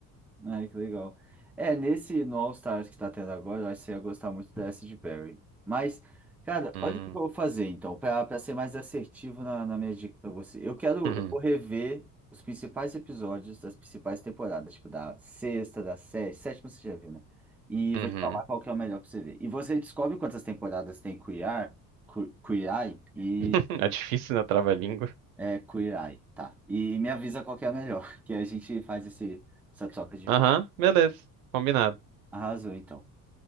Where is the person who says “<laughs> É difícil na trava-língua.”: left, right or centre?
Right